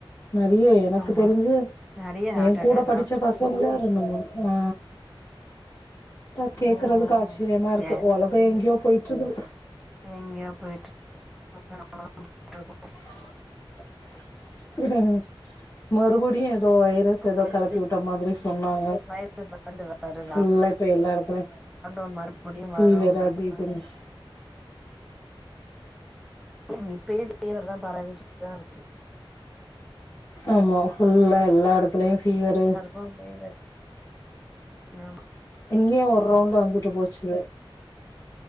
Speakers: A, on the left (about 30°); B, in the centre.
A: நெறையே எனக்கு
B: ஆமா
A: தெரிஞ்சு
B: நெறைய ஹார்ட்
A: எ
B: அட்டாக்
A: கூட படிச்ச
B: தா
A: ஃபஸ் ஆ இப்ப கேக்குறதுக்கு
B: ஓ ஓ
A: ஆச்சரியமா இருக்கு
B: சேரி
A: ஒலகோ இப்ப எங்கயோ போய்ட்ருக்குது
B: எங்கேயோ போயிட்டு <unintelligible>
A: <inaudible> மறுபடியு ஏதோ வைரஸ்
B: அப்றோ
A: ஏதோ
B: வந்து
A: கிளப்பி வுட்ட மாரி சொன்னாங்க
B: வைரஸ் வருது வருதா
A: இல்ல இப்ப எல்லா ஏடத்துலையு
B: லாக்டவுன் மறுபடியு
A: பிவேர்
B: வரும்ன்ருக்கு
A: அது இதுனு
B: உம் இப்பயே பிவேர் தா பரவிகிட்டு தா இருக்கு
A: ஆமா ஃபுல்லா எல்லா இடத்துலயு ஃபீவரு
B: போன்லே ஒர்க் நனமா
A: இங்கே ஒரு ரவுண்ட வந்துட்டு போச்சு
B: இருக்கு.